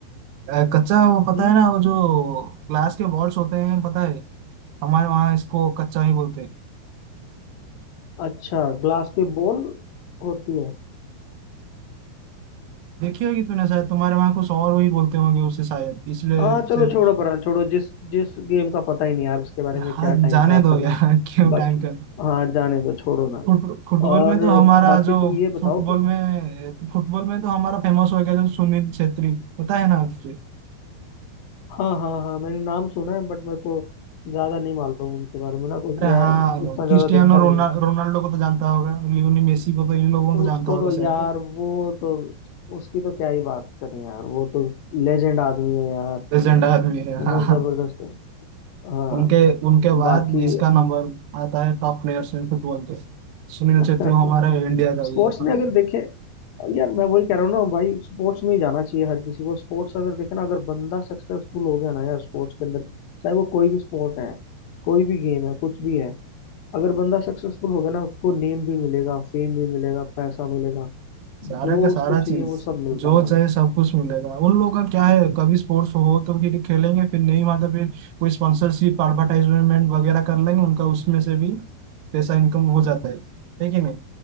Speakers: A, on the right (about 85°); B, on the left (about 75°).
A: अ, कच्चा वो पता
B: हम्म
A: है ना वो जो ग्लास के बॉल्स होते हैं पता है हमारे वहाँ इसको कच्चा ही बोलते हैं
B: अच्छा ग्लास की बॉल होती है
A: देखी होगी तूने शायद तुम्हारे वहाँ कुछ और वही बोलते होंगे उसे शायद इसलिए
B: हाँ चलो
A: से-
B: छोड़ो पर छोड़ो जिस जिस गेम का पता ही नहीं यार उसके बारे में
A: हाँ
B: क्या टाइम
A: जाने
B: खराब
A: दो
B: करना
A: यार <laughs> क्यों
B: बाकी
A: टाइम का
B: हाँ जाने दो छोड़ो ना
A: फुट फुटबॉल
B: और
A: में तो हमारा
B: बाकी
A: जो
B: तुम ये बताओ
A: फुटबॉल
B: कि
A: में फुटबॉल में तो हमारा फेमस हो गया जो सुनील छेत्री पता है ना आपसे
B: हाँ हाँ हाँ मैंने नाम सुना है बट मेरे को ज्यादा नहीं मालूम उनके बारे में ना कुछ
A: अरे
B: मैं
A: हाँ
B: इतना ज्यादा
A: क्रिस्टियानो
B: देखा नहीं
A: रोना,
B: है
A: रोनाल्डो को तो जानता होगा लियोनी मेसी को तो इन लोगों को
B: उसको
A: तो जानता होगा
B: तो
A: शायद
B: यार वो तो उसकी तो क्या ही बात करें यार वो तो लेजेंड आदमी है यार
A: लेजेंड आदमी है
B: है
A: हाँ
B: ना
A: हाँ
B: जबरदस्त है हाँ
A: उनके उनके बाद
B: बाकी
A: इसका नंबर आता है टॉप प्लेयर्स में फुटबॉल के सुनील
B: <laughs>
A: छेत्री हमारे इंडिया का
B: स्पोर्ट्स
A: भी है हाँ
B: में अगर देखें यार मैं वही कह रहा हूँ ना भाई स्पोर्ट्स में ही जाना चाहिए हर किसी को स्पोर्ट्स अगर देखे ना अगर बंदा सक्सेसफुल हो गया ना यार स्पोर्ट्स के अंदर चाहे वो कोई भी स्पोर्ट है कोई भी गेम है कुछ भी है अगर बंदा सक्सेसफुल हो गया ना उसको नेम भी मिलेगा फेम भी मिलेगा पैसा मिलेगा
A: सारा
B: जो
A: का सारा
B: उसको
A: चीज
B: चाहिए वो सब मिलता
A: जो
B: है भाई
A: चाहे सब कुछ मिलेगा उन लोगों का क्या है कभी स्पोर्ट्स हो तो फिर खेलेंगे फिर नहीं हुआ तो फिर कोई स्पॉन्सरशिप एडवर्टाइजमेंट वगैरह कर लेंगे उनका उसमें से भी पैसा इनकम हो जाता है है कि नहीं